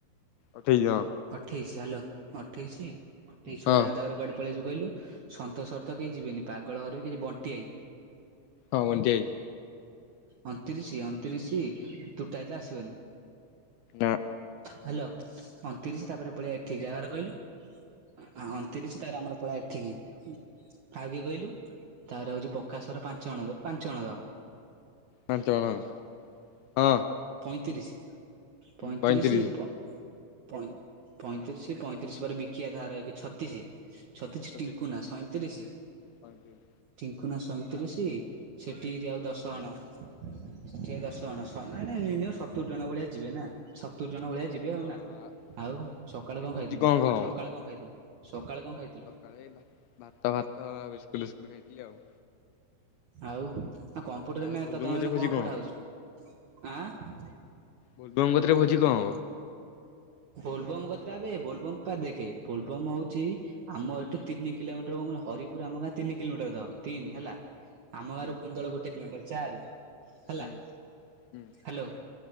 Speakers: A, on the left; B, on the right.
A: ଆଠେଇଶି ହଁ।
B: ଅଠେଇଶି ହାଲୋ ଅଠେଇଶି ଅଠେଇଶି
A: ହଁ
B: ପରେ ଆଉ ତାପରେ କୁଆଡେ। ପଳେଇ ଆସିବୁ କହିଲୁ ସନ୍ତୋଷ ଘର ତ କେହି ଯିବେନି ପାଗଳ ଘର ବି କେହି ଯିବେନି ବଣ୍ଟି ଭାଇ।
A: ହଁ ବଣ୍ଟିଭାଇ।
B: ଅଣତିରିଶି-ଅଣତିରିଶି ତୁଟା ଏତେ ଆସିବନି।
A: ନାଁ।
B: ହାଲୋ ଅଣତିରିଶି ତାପରେ ପଳେଇ ଏଠିକି କାହା ଘର କହିଲୁ ଅଣତିରିଶି। ତାରେ ଆମର ପଳେଇଆ ଏଠିକି। ଆଉ କିଏ କହିଲୁ ତାପରେ ହଉଛି ପ୍ରକାଶ ଘର ପାଞ୍ଚ ଜଣ ପାଞ୍ଚ ଜଣ ଧ।
A: ପାଞ୍ଚ ଜଣ ହଁ।
B: ପଇଁତିରିଶି ପଇଁତିରିଶି
A: ପଇଁତିରିଶ
B: ପ, ପଁଇ ପଇଁତିରିଶି ପଇଁତିରିଶି ପରେ ବିକିଦାଦା ଘର ଏକେ ଛତିଶି। ଛତିଶି
A: ସତେଇଶ
B: ଟିଙ୍କୁନା ସଇଁତିରିଶି।
A: ପଇଁତିରିଶ
B: ଟିିଙ୍କୁନା ସଇଁତିରିଶି ସେଠିରି ଆଉ ଦଶ ଅଣ ସେଠି ଆଉ ଦଶ। ଜଣ ମାନେ ମିନିଅମ୍ ସତୁରି ଜଣ ଭଳିଆ ଯିବେ ନା ସତୁରି ଜଣ ଭଳିଆ ଯିବେ ଆଉ
A: ହଁ
B: ନା। ଆଉ ସକାଳେ
A: ସେଠି
B: କଣ
A: ଭୋଜି
B: ଖାଇଥିଲୁ,
A: କଣ
B: ସକାଳେ କଣ ଖାଇଥିଲୁ, ସକାଳେ କଣ ଖାଇଥିଲୁ।
A: ସକଳେ ଭାତ ଭାତ ବିସ୍କୁଟ ଫିସ୍କୁଟ ଖାଇଥିଲି ଆଉ।
B: ଆଉ କମ୍ପୁଟରରେ
A: ଆଉ
B: ଏଇନା
A: ବୋଲବମ୍
B: ଏକ ତମେ
A: କତିରେ ଭୋଜି
B: କଣ ପଢା
A: ହବ?
B: ହଉଛି ଆଁ।
A: ବୋଲବମ୍ କତିରେ ଭୋଜି କଣ ହବ।
B: ଭୋଲବମ୍ କତିରେ ଆବେ ଭୋଲବମ୍ ପା ଦେଖେ ଭୋଲବମ୍ ହଉଛି। ଆମ ଏଠୁ ତିନ କିଲୋମିଟର କଣ କହିଲୁ ହରିପୁର ଆମ ଗାଁ ତିନି କିଲୋମିଟର ଧ ତିନି ହେଲା। ଆମ ଗାଁରୁ
A: ହୁଁ
B: କୁନ୍ଦଳ ଗୋଟେ କିଲୋମିଟର ଚାରି ହେଲା
A: ହୁଁ ହୁଁ
B: ହାଲୋ।